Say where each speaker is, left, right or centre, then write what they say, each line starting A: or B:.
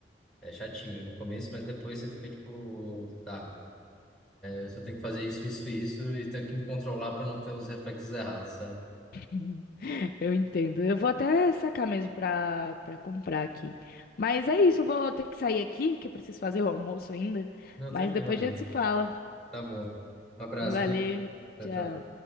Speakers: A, in the centre; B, on the left (about 50°).
A: É chatinho no começo, mas depois você fica tipo, tá, Eu só tenho que fazer isso, isso, isso e tenho que me controlar para não ter os reflexos errados, sabe?
B: Uhum. Eu entendo. Eu vou até sacar mesmo pra, pra comprar aqui. Mas é isso, eu vou ter que sair aqui, que eu preciso fazer o almoço ainda.
A: Não,
B: Mas
A: tranquilo,
B: depois
A: amiga.
B: a gente se fala.
A: Tá bom. Um abraço,
B: Valeu,
A: viu? Tchau,
B: tchau.
A: tchau.